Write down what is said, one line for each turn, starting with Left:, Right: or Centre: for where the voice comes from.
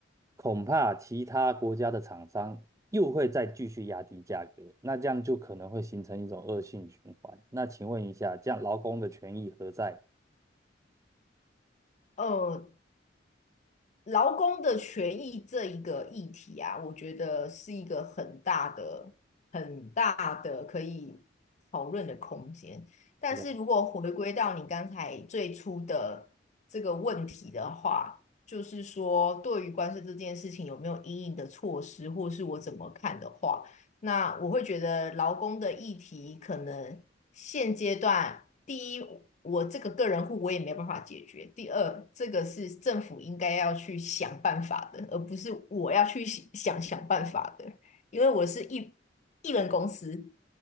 Right: 恐怕其他国家的厂商又会再继续压低价格，那这样就可能会形成一种恶性循环。那请问一下，这样劳工的权益何在？
Left: 呃，劳工的权益这一个议题啊，我觉得是一个很大的、很大的可以讨论的空间。但是如果回归到你刚才最初的这个问题的话，
Right: 了
Left: 就是说对于关税这件事情有没有因应的措施，或是我怎么看的话。那我会觉得劳工的议题可能现阶段，第一，我这个个人户我也没办法解决；第二，这个是政府应该要去想办法的，而不是我要去想想办法的，因为我是一一人公司，